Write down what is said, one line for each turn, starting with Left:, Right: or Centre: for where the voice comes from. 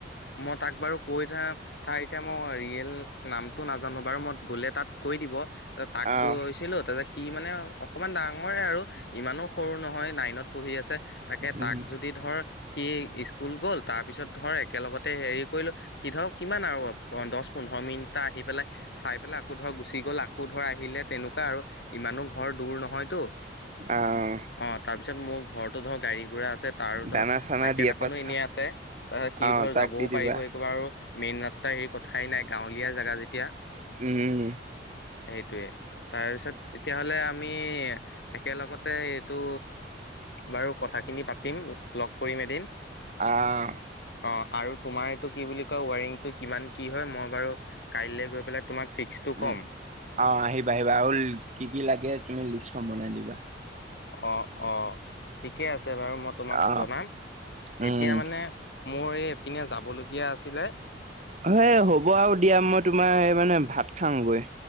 Left: মই তাক বাৰু কৈ থা তাৰ এতিয়া মই ৰিয়েল নামটো নাজানো বাৰু মই গ'লে তাত কৈ দিব ত তাক
Right: আহ
Left: কৈছিলো তাতে সি মানে অকমান ডাঙৰে আৰু ইমানো সৰু নহয় নাই দিনত পঢ়ি আছে তাকে
Right: উম
Left: তাক যদি ধৰ সি ইস্কুল গ'ল তাৰপিছত ধৰ একেলগতে হেৰি কৰিলোঁ সি ধৰক কিমান আৰু দহ পোন্ধৰ মিনিটটা আহি পেলাই চাই পেলাই আকৌ ধৰক গুচি গ'লাক আকৌ ধৰ আহিলে তেনেকুৱা আৰু ইমানো ঘৰ দূৰ নহয়তো
Right: আহ
Left: অ', তাৰপ তাৰিছত মোৰ ঘৰতো ধৰ গাড়ী গুৰা আছে তাৰ
Right: দানা
Left: ধৰ
Right: চানা
Left: চাইকেল
Right: দিয়া
Left: এখনো
Right: পাছত
Left: এনেই আছে সি
Right: আহ
Left: ধৰ
Right: তাক
Left: যাবও
Right: দি দিবা
Left: পাৰিব একেবাৰ মেইন ৰাস্তা হেৰি কথাই নাই গাঁৱলীয়া জেগা যেতিয়া
Right: উম
Left: সেইটোয়ে তাৰপিছত এতিয়াহলে আমি একেলগতে এইটো বাৰু কথাখিনি পাতিম লগ কৰিম এদিন
Right: আঁ
Left: অ' আৰু তোমাৰ এইটো কি বুলি কয় ৱাৰিংটো কিমান কি হয় মই বাৰু কাই গৈ পেলাই তোমাক ফিক্সটো
Right: উম
Left: ক'ম
Right: আৰু আহিবা আহিবা আৰু কি কি লাগে তুমি লিষ্টখন বনাই দিবা
Left: অ', অ', ঠিকে আছে বাৰু মই তোমাক
Right: অ
Left: জনাম
Right: উম
Left: এতিয়া মানে মোৰ এইপিনে যাবলৈ দিয়া আছিলে
Right: মানে হ'ব আৰু দিয়া মই তোমাৰ এই মানে ভাত খাামগৈ